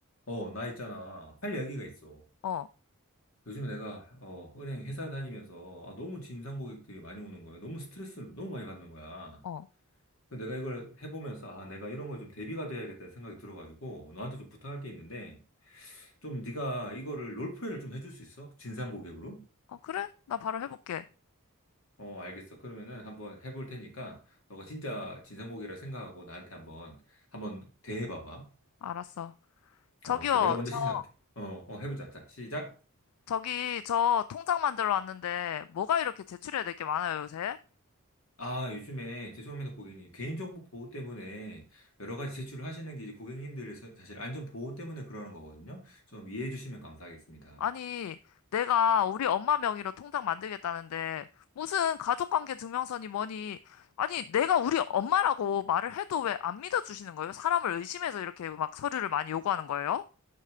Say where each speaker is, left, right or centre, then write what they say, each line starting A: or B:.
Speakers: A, on the left; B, on the left.
A: 어, 나 있잖아. 할 이야기가 있어.
B: 어,
A: 요즘 내가, 어, 은행 회사 다니면서, 아, 너무 진상 고객들이 많이 오는 거야. 너무 스트레스를 너무 많이 받는 거야.
B: 어.
A: 그래서 내가 이걸 해보면서, 아, 내가 이런 거에 좀 대비가 돼야겠다는 생각이 들어가지고, 너한테 좀 부탁할 게 있는데, 좀 네가 이거를 롤플레이를 좀 해줄 수 있어? 진상 고객으로?
B: 어, 그래? 나 바로 해볼게.
A: 어, 알겠어. 그러면은 한번 해볼 테니까, 너가 진짜 진상 고객이라 생각하고 나한테 한번, 한번 대해봐봐.
B: 알았어. 저기요,
A: 어, 자, 내가 먼저
B: 저,
A: 시작. 어, 어, 해보자. 자, 시작.
B: 저기, 저 통장 만들어 왔는데, 뭐가 이렇게 제출해야 될 게 많아요, 요새?
A: 아, 요즘에 죄송합니다, 고객님. 개인정보 보호 때문에 여러 가지 제출을 하시는 게 이제 고객님들 사실 안전 보호 때문에 그러는 거거든요. 좀 이해해 주시면 감사하겠습니다.
B: 아니, 내가 우리 엄마 명의로 통장 만들겠다는데, 무슨 가족관계 증명서니 뭐니, 아니, 내가 우리 엄마라고 말을 해도 왜 안 믿어주시는 거예요? 사람을 의심해서 이렇게 막 서류를 많이 요구하는 거예요?